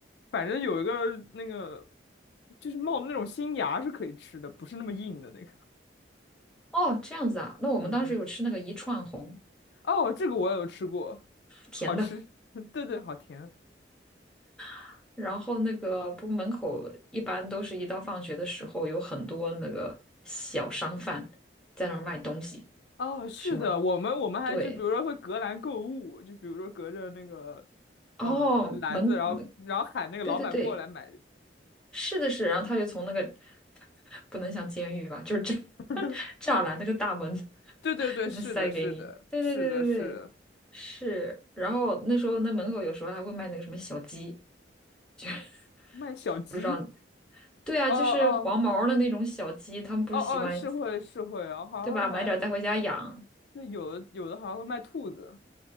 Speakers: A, on the left; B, in the centre.
A: 反正有一个那个，就是冒的那种新芽是可以吃的，不是那么硬的那个。
B: 哦，这样子啊。那我们当时有吃那个一串红，
A: 嗯嗯，哦，这个我有吃过，
B: 甜的。
A: 好吃，<laughs> 对对，好甜。
B: <laughs> 然后那个不门口一般都是一到放学的时候，有很多那个小商贩在那儿卖东西，
A: 哦，是的，
B: 什么
A: 我们我们还就比如说会隔栏购物，
B: 对。
A: 就比如说隔着那个，嗯、
B: 哦，
A: 篮子，
B: 门，
A: 然后然后喊那个老板过来买。
B: 门，对对对，是的是，然后他就从那个 <laughs> 不能像监狱吧，就是栅
A: <laughs>
B: <laughs> 栅栏那个大门 <laughs>
A: 对对对，
B: 里面塞给你。
A: 是的，是的，
B: 对对对对对，
A: 是的，是的，
B: 是。然后那时候那门口有时候还会卖那个什么小鸡，就 <laughs>
A: 卖小鸡，
B: 不知道。对啊，
A: 哦哦
B: 就是黄毛儿的那种小鸡，他们不是喜欢
A: 哦哦，是会是会，然后还会买，
B: 对吧？买点儿带回家养。
A: 就有的有的好像会卖兔子。